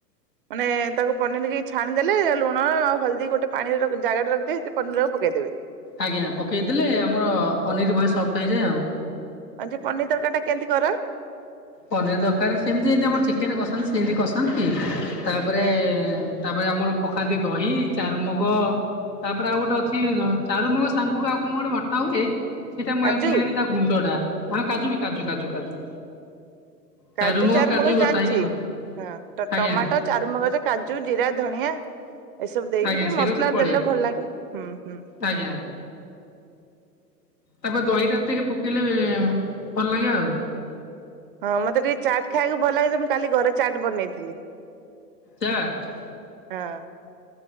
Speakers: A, on the right (about 35°); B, on the left (about 75°).
A: ମାନେ ତାକୁ ପନିର କି ଛାଣିଦଲେ ଲୁଣ ଆଉ ହଳଦୀ ଗୋଟେ ପାଣିର ଜାଗାଟ ରଖିେ ସେ ପନିର ଟାକୁ ପକେଇ ଦେବେ।
B: ଆଜ୍ଞା, ପକେଇଦେଲେ ଆମର ପନିର ବହେ ସଫ୍ଟ ହେଇଯାଏ ଆଉ।
A: ଆଣ୍ଟି ପନିର ତରକାରୀ ଟା କେମିତି କର।
B: ପନିର ଦରକାର ସେମିତି ଯେମତି ଆମର ଚିକେନ କସନ୍ତି ସେମିତି କସନ୍ତି ତାପରେ
A: ହଁ
B: ତା ପରେ ଆମର ପକାନ୍ତି ଦହି ଚାରୁ ମଗ ତା ପରେ ଆଉ ଗୋଟେ ଅଛି ଚାରୁ ମଗଜ‌ ସାଙ୍ଗକୁ ଆଉ କଣ ଗୋଟେ ବଟା ହୁଏ? ସେଇଟା <unintelligible>
A: କାଜୁ
B: ଲି ହେରି ତା ଗୁଣ୍ଡ ଟା ଆଁ କାଜୁ ବି କାଜୁ, କାଜୁ, କାଜୁ। ଚାରୁମଗ
A: କାଜୁ, ଚାରୁ ମଗଜ ଜାଣିଛି
B: ବଟା ହେଇକି
A: ଥିବେ,
B: ଆଉ
A: ହଁ,
B: ଆଜ୍ଞା
A: ଟମାଟୋ, ଚାରୁ ମଗଜ, କାଜୁ, ଜିରା, ଧନଆ ଏସବୁ ଦେଇକି
B: ଆଜ୍ଞା
A: ଟିକେ
B: ସେଇଟା
A: ମସଲା
B: ତ ପଡେ
A: ଦେଲେ ଭଲ ଲାଗେ, ହୁଁ, ହୁଁ।
B: ଆଜ୍ଞା। ତା ପରେ ଦହିଟା ଟିକେ ପକେଇଲେ ଭଲ ଲାଗେ ଆଉ।
A: ହଁ, ମତେ ଟିକେ ଚାଟ୍ ଖାଇବାକୁ ଭଲ ଲାଗୁଛି ମୁଁ କାଲି ଘରେ ଚାଟ୍ ବନେଇଥିଲି।
B: ଚାଟ?
A: ହଁ।